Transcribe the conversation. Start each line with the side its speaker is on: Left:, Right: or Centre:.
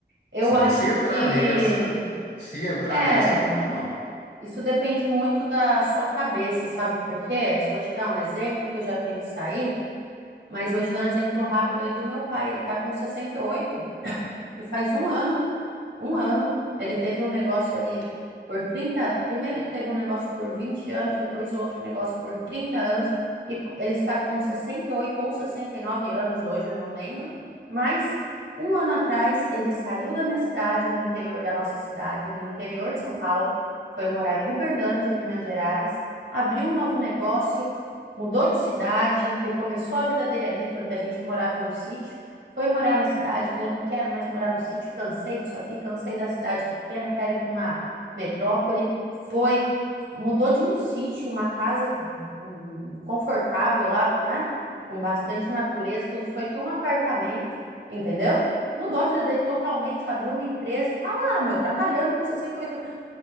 Right: Eu
Left: se
Right: acho
Left: você entrar
Right: que
Left: nessa, se entrar
Right: é.
Left: nessa, tá mal.
Right: Isso depende muito da sua cabeça, sabe por quê? Só vou te dar um exemplo, que eu já tenho que sair, mas vou te dar um exemplo rápido aí do meu pai. Ele tá com 68. E faz um ano, um ano, ele teve um negócio ali por 30. primeiro ele teve um negócio por 20 anos, depois o outro negócio por 30 anos, e ele está com 68 ou 69 anos hoje, eu não lembro, mas um ano atrás ele saiu da minha cidade, no interior da nossa cidade, no interior de São Paulo, foi morar em Uberlândia, Minas Gerais, abriu um novo negócio, mudou de cidade, recomeçou a vida dele ali, porque a gente morava em um sítio, foi morar na cidade, falou: não quero mais morar no sítio, cansei disso aqui, cansei da cidade pequena, quero ir para uma metrópole. Foi, mudou de um sítio, uma casa hum, confortável lá, né? Com bastante natureza, tudo. Foi para um apartamento, entendeu? Mudou a vida dele totalmente, abriu uma empresa e tá lá, meu, trabalhando com 68 anos.